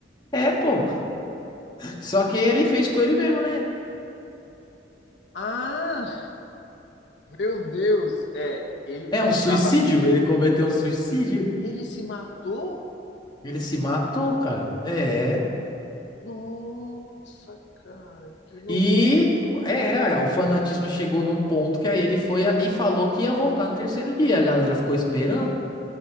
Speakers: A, on the left; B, on the left.
A: É, pô. Só que ele fez com ele mesmo, né?
B: Ah, Meu Deus! É, ele precisava.
A: É um suicídio, ele cometeu um suicídio.
B: Ele se matou?
A: Ele se matou, cara. É.
B: Nossa, cara, que loucura!
A: E é, é, o fanatismo chegou no ponto que aí ele foi a- e falou que ia voltar no terceiro dia. A galera ficou esperando.